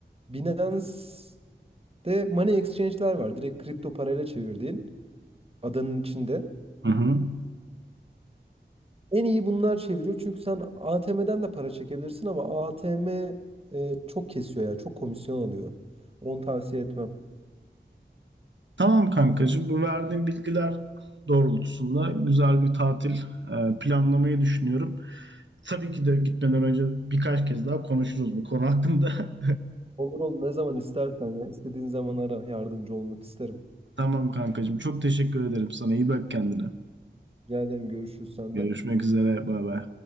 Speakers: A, on the right; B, on the right.
A: Binance'de money exchange'ler var. Direkt kripto parayla çevirdiğin adanın içinde.
B: Hı hı.
A: En iyi bunlar çeviriyor çünkü sen ATM'den de para çekebilirsin ama ATM e, çok kesiyor ya. Çok komisyon alıyor. Onu tavsiye etmem.
B: Tamam kankacığım, bu verdiğim bilgiler doğrultusunda güzel bir tatil e, planlamayı düşünüyorum. Tabii ki de gitmeden önce birkaç kez daha konuşuruz bu konu hakkında.
A: Olur ol ne zaman istersen ya. istediğin zaman ara. Yardımcı olmak isterim.
B: <laughs> Tamam kankacığım, çok teşekkür ederim sana. İyi bak kendine.
A: Rica ederim görüşürüz sende.
B: Görüşmek üzere, bay bay.